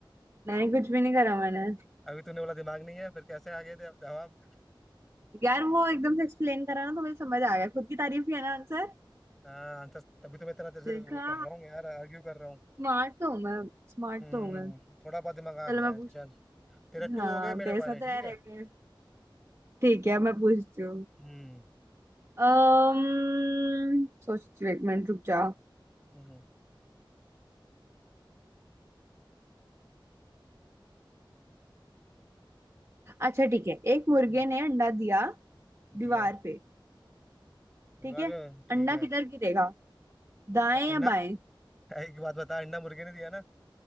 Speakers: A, on the right; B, in the centre.
A: नहीं कुछ भी नहीं करा मैंने
B: अभी तूने बोला दिमाग नहीं है फिर कैसे आ गया जवाब
A: यार वो एकदम से एक्सप्लेन करा ना तो मुझे समझ आ गया खुद की तारीफ ही है ना आंसर
B: हाँ तो तभी तो मैं तेरा तेरे से
A: देखा
B: वो कर रहा हूँ यार आर्ग्यू कर रहा हूँ
A: स्मार्ट तो हूँ मैं स्मार्ट
B: हम्म
A: तो हूँ मैं
B: थोड़ा बहुत दिमाग आ गया
A: चलो मैं
B: है
A: पूछ
B: चल तेरा
A: हाँ
B: टू हो गए मेरे
A: जैसा
B: पाने
A: तैयार
B: ठीक है
A: है कि ठीक है मैं पूछती हूँ
B: हम्म
A: अम्म सोचती हूँ एक मिनट रुक जाओ
B: हम्म
A: अच्छा ठीक है एक मुर्गे
B: हम्म,
A: ने अंडा दिया दीवार
B: दिया
A: पे
B: दीवार
A: ठीक है
B: पे ठीक
A: अंडा
B: है
A: किधर गिरेगा दाएं
B: अ-
A: या
B: अंडा
A: बाएं
B: एक बात बता अंडा मुर्गे ने दिया ना